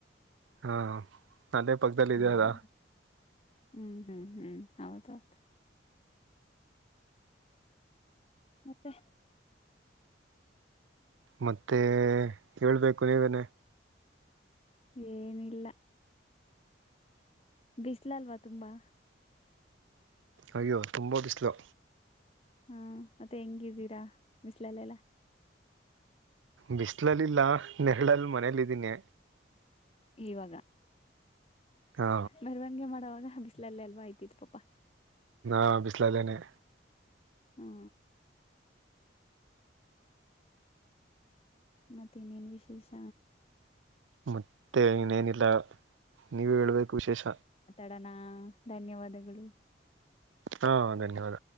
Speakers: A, on the right; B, on the left.
A: ಹಾ ನದೇ ಪಕ್ಕದದಲ್ಲಿ ಇದ
B: ಹ್ಮ್
A: ಅದಾ
B: ಹ್ಮ್ ಹ್ಮ್ ಹ್ಮ್ ಹೌದೌದು ಮತ್ತೆ
A: ಮತ್ತೆ ಹೇಳ್ಬೇಕು ನೀವೇನೆ
B: ಏನಿಲ್ಲ ಬಿಸ್ಲ ಅಲ್ವಾ ತುಂಬಾ
A: ಅಯ್ಯೋ ತುಂಬ ಬಿಸ್ಲು
B: ಹಾ ಮತ್ತೆ ಹೆಂಗಿದ್ದೀರಾ ಬಿಸ್ಲಲ್ಲೆಲ್ಲ
A: ಬಿಸಲಲ್ಲಿಲ್ಲಾ ನೆರಳಲ್ ಮನೇಲ್ಲ ಇದಿದ್ದೀನಿ
B: ಇವಾಗ
A: ಹಾ
B: ಮೆರವಣಿಗೆ ಮಾಡೋವಾಗ ಬಿಸಿಲಲ್ಲೇ ಅಲ್ವ ಇದ್ದಿದ್ದು ಪಾಪಾ
A: ನಾ ಬಿಸಲಲ್ಲನೆ
B: ಹ್ಮ ಮತ್ತೇನೇನ್ ವಿಶೇಷ
A: ಮತ್ತೆ ಇನೇನಿಲ್ಲ ನೀವ ಹೇಳ್ಬೇಕು ವಿಶೇಷ
B: ಡನಾ ಧನ್ಯವಾದಗಳು
A: ಹಾ ಧನ್ಯವಾದ